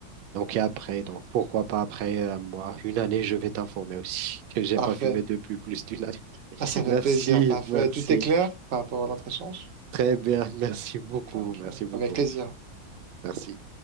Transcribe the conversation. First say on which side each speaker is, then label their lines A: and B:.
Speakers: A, on the right; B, on the right.
A: Donc, et après, donc pourquoi pas après euh, moi, une année, je vais t'informer aussi <laughs> que j'ai
B: Parfait.
A: pas fumé depuis plus d'une année. <laughs>
B: Ah, ça fait
A: Merci,
B: plaisir, parfait.
A: merci.
B: Tout est clair par rapport à notre échange?
A: Très bien, merci beaucoup,
B: Parfait.
A: merci beaucoup,
B: Avec plaisir.
A: merci.